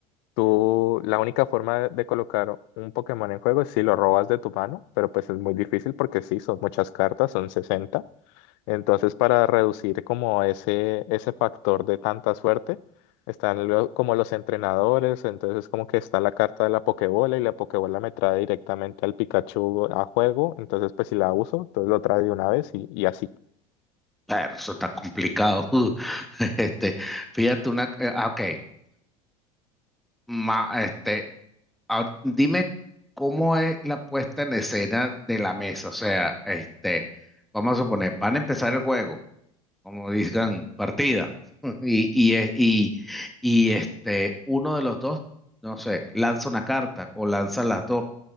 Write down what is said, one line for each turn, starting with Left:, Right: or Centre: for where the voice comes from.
Left: Tú, la única forma de colocar un Pokémon en juego es si lo robas de tu mano, pero pues es muy difícil porque sí, son muchas cartas, son 60. Entonces, para reducir como ese, ese factor de tanta suerte, están lo- como los entrenadores, entonces como que está la carta de la Pokébola y la Pokébola me trae directamente al Pikachu a juego, entonces pues si la uso, entonces lo trae de una vez y, y así
Centre: Pero eso está complicado. <laughs> Este, fíjate una, eh, ah, ok, ma- este, ahor- dime cómo es la puesta en escena de la mesa. O sea, este, vamos a suponer, van a empezar el juego, como dicen, partida. <laughs> Y, y, eh, y, y este, uno de los dos, no sé, lanza una carta o lanza las dos.